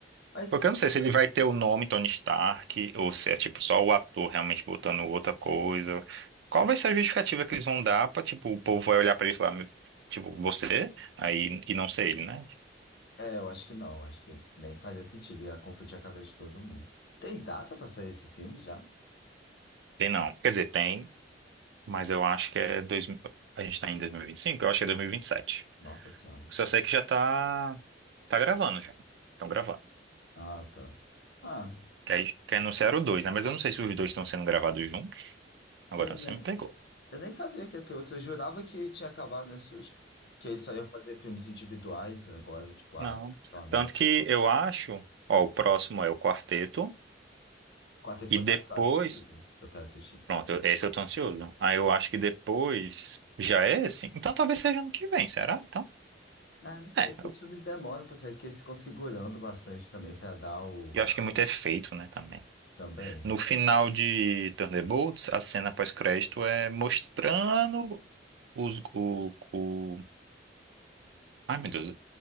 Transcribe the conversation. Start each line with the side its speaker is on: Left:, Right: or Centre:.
Left: Mas,
Right: Porque eu não sei se ele vai ter o nome Tony Stark ou se é tipo só o ator realmente botando outra coisa. Qual vai ser a justificativa que eles vão dar pra, tipo, o povo vai olhar pra ele e falar, "Meu- tipo, você? Aí, e não ser ele, né?
Left: é, eu acho que não. Acho que nem fazia sentido. Ia confundir a cabeça de todo mundo. Tem data pra sair esse filme já?
Right: Tem não. Quer dizer, tem, mas eu acho que é dois, mil- a gente tá em dois mil e e vinte e cinco. eu acho que é 2027.
Left: Nossa Senhora.
Right: Só sei que já tá, tá gravando já. Estão gravando.
Left: Ah, tá. Ah,
Right: Que aí que anunciaram o dois, né? Mas eu não sei se os dois estão sendo gravados juntos. Agora
Left: eu nem.
Right: você me pegou.
Left: Eu nem sabia que ia ter outro. Eu jurava que tinha acabado nesse último. Que ele só ia fazer filmes individuais agora, tipo, ah,
Right: Não.
Left: Capitão América.
Right: Tanto que eu acho, ó, o próximo é o quarteto,
Left: Quarteto
Right: e
Left: Fantástico,
Right: depois.
Left: eu acho tudo. Eu quero assistir.
Right: Pronto, eu- esse eu tô ansioso. Aí eu acho que depois já é esse. Então talvez seja ano que vem, será? Então,
Left: Ah, não sei.
Right: é.
Left: Esses
Right: Eu,
Left: filmes demoram pra sair, porque eles ficam segurando bastante também pra dar o.
Right: eu acho que muito é feito, né, também.
Left: Também.
Right: No final de Thunderbolts, a cena pós-crédito é mostrando os. O, o... Ai, meu Deus.